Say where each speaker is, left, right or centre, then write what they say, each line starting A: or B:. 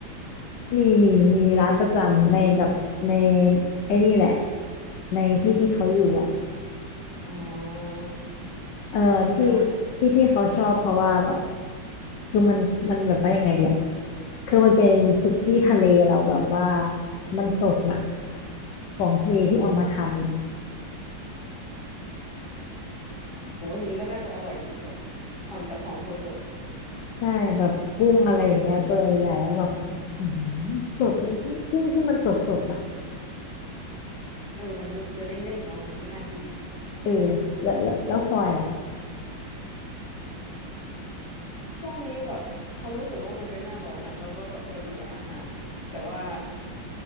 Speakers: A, on the left (about 70°); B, on the left (about 25°).
A: มีมีมีร้านประจำในแบบในไอ้นี่แหละในที่ที่เขาอยู่อ่ะ
B: อ๋อ
A: เออที่
B: อือฮะ
A: ที่ที่เขาชอบเพราะว่าแบบคือมันมันแบบว่ายังไงเดียคือมันเป็นสุกี้ทะเลแล้วแบบว่ามันสดน่ะของทะเลที่เอามาทำน่ะ
B: อือฮะโหอย่างนี้ก็น่าจะอร่อยสิแบบทำจากของสด
A: ใช่แบบกุ้งอะไรอย่างเงี้ยตัวใหญ่ๆแล้วแบบอือหือสดมันกุ้งที่มันสดสดน่ะ
B: ๆเออมันจะจะเด้งๆเนาะมันก็น่ากิน
A: เออแล้วแล้วแล้วพลอยล่ะ
B: ช่วงนี้แบบเขารู้สึกว่ามันเป็นหน้าร้อนอะเราก็แบบจะเบื่ออาหารแต่ว่า